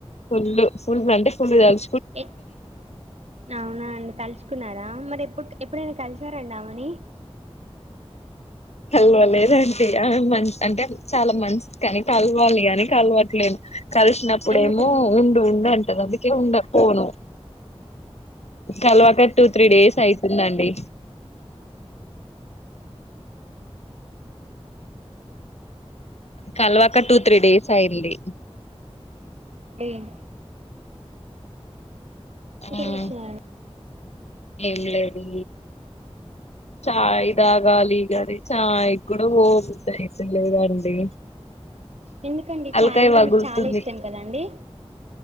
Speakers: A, on the left; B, on the right.
A: ఫుల్, ఫుల్ అంటే ఫుల్ తెల్.
B: ఏ అవునా అండి తలుచుకున్నారా మరి ఎప్పు <unintelligible> ఎప్పుడైనా కలిసారండి ఆమెని
A: కల్వలేదంటీ ఆ, ఆ మన్ అంటే చాలా మంచిది కానీ కల్వలి గానీ కల్వట్లేను. కలిసినప్పుడేమో
B: ఎందుకండి
A: ఉండు, ఉండు అంటది అందుకే ఉండక్పోను. కల్వాక టూ, త్రీ డేస్ అయితుందండి. కల్వాక టూ త్రీ డేస్ అయ్యింది
B: <unintelligible> మ్ ఇంకేం
A: మ్మ్
B: చేస్తున్నారు
A: ఏం లేదూ చాయ్ దాగాలి గానీ చాయ్ కూడా పో బుద్ధి అయితలేదండి.
B: ఎందుకండి
A: తలకాయ
B: చాయ్ అంటే
A: పగులుతుంది
B: మీకు చాలా ఇష్టం కదండి